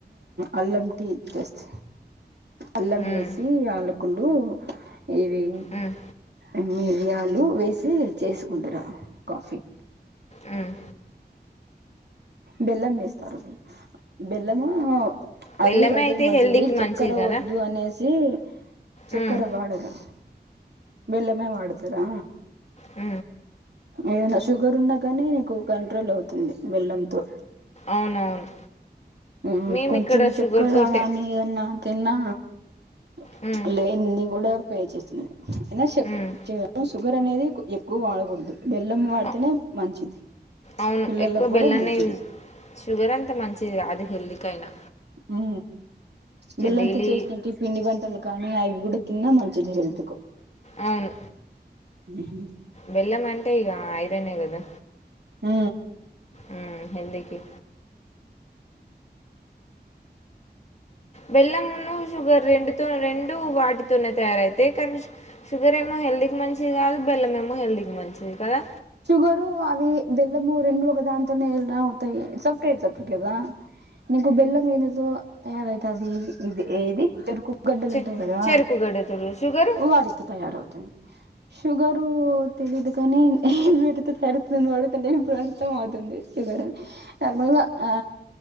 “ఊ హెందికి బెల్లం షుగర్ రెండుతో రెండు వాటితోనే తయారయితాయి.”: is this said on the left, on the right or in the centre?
Left